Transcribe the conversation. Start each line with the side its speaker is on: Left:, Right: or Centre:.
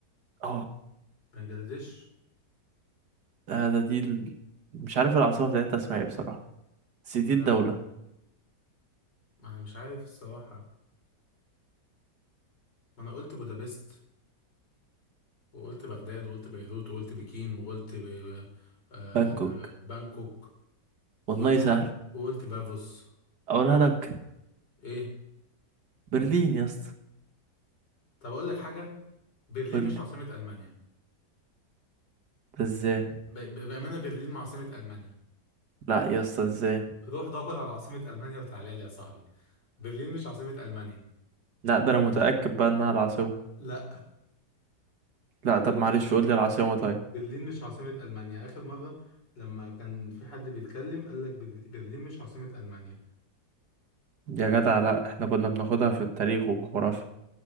Right: اه
Left: بنجلاديش
Right: ده ده دي ال... مش عارف العاصمة بتاعتها اسمها ايه بصراحة بس دي
Left: ولا
Right: الدولة
Left: انا ما انا مش عارف الصراحة ما انا قلت بودابست وقلت بغداد وقلت بيروت وقلت بكين وقلت ب... ب... آه...
Right: بانكوك
Left: بانكوك وقلت
Right: والله سهل
Left: ب... وقلت بافوس
Right: اقولها لك
Left: ايه
Right: برلين يا اسطى
Left: طب اقول لك حاجة برلين
Right: قول
Left: مش
Right: لي
Left: عاصمة المانيا
Right: ده ازاي
Left: ب- ب- بأمانة برلين عاصمة ألمانيا
Right: لا يا اسطى ازاي
Left: روح دور على عاصمة ألمانيا وتعالى لي يا صاحبي برلين مش عاصمة ألمانيا
Right: لا ده انا متأكد بقى انها العاصمة
Left: لا
Right: لا طب
Left: برلين
Right: معلش قول لي العاصمة طيب
Left: برلين مش عاصمة ألمانيا آخر مرة لما كان في حد بيتكلم قال لك بر- برلين مش عاصمة ألمانيا
Right: يا جدع لا احنا كنا بناخدها في التاريخ والجغرافيا